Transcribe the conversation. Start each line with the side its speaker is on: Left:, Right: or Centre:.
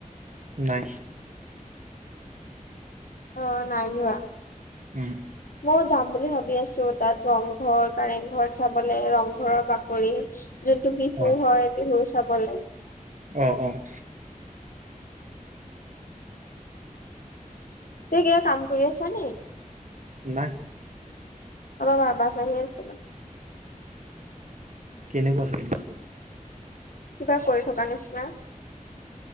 Right: নাই।
Left: অ, নাই যোৱা।
Right: উম।
Left: ময়ো যাম বুলি ভাবি আছোঁ। তাত, ৰংঘৰ, কাৰেংঘৰ চাবলৈ, ৰংঘৰৰ বাকৰিও যোনটো বিহু
Right: অ',
Left: হয়, বিহু চাবলৈ।
Right: অ', অ'।
Left: তই ক'ৰ, কাম কৰি আছনে?
Right: নাই।
Left: অ, বাবা, চাহ হৈছিল নে?
Right: কেনেকুৱা, ক?
Left: কিবা কৰি থকা নিচিনা।